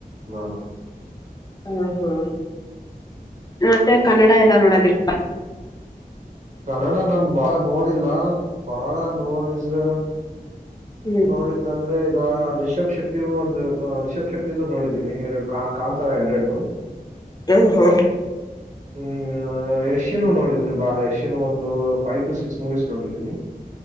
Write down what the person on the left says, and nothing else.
ಹ್ಮ ಹ್ಮ್ ಮತ್ತೆ ಕನ್ನಡ ಎಲ್ಲ ನೋಡೋದಿಲ್ಲ
ಹ್ಮ್
ಹ ಹಾ